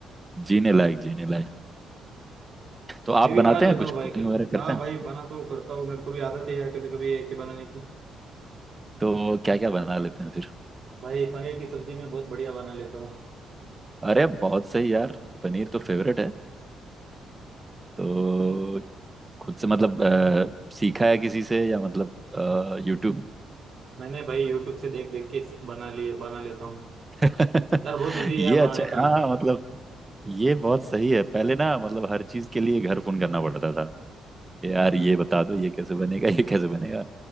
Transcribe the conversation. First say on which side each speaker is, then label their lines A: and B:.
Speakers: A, on the right; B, on the right.
A: जीने लायक जीने लायक तो आप
B: मैं
A: बनाते
B: भी बना लेता
A: हैं कुछ
B: हूँ
A: कुकिंग
B: भाई का
A: वगैरह करते
B: हाँ
A: हैं
B: भाई बना तो करता हूँ मेरे को भी आदत है यार कभी कभी ऐसे बनाने की
A: तो क्या क्या बना लेते हैं फिर
B: भाई पनीर की सब्जी मैं बहुत बढ़िया बना लेता हूँ
A: अरे बहुत सही यार पनीर तो फेवरेट है तो खुद से मतलब अ, सीखा है किसी से या मतलब यूट्यूब
B: मैंने भाई यूट्यूब से देख देख के बना लिए बना लेता हूँ
A: <laughs>
B: यार बहुत इजी है
A: ये
B: यार बनाने
A: अच्छा है
B: का
A: हाँ मतलब ये बहुत सही है पहले ना मतलब हर चीज के लिए घर फोन करना पड़ता था यार ये बता दो ये कैसे बनेगा ये कैसे बनेगा